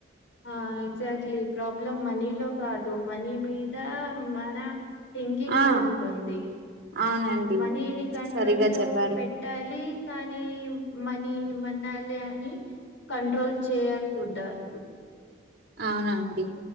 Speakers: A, on the left (about 80°); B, on the right (about 50°).
A: ఆ ఎగ్జాక్ట్లీ ప్రాబ్లం మనీలో కాదు మనీ మీద మన థింకింగ్
B: ఆ
A: లో ఉంటుంది
B: అవునండి
A: మనీని కంట్రోల్
B: సరిగ్గా
A: లో
B: చెప్పారు.
A: పెట్ ట్టాలి కానీ మనీ మనాలని కంట్రోల్ చేయకూడదు
B: అవునాండి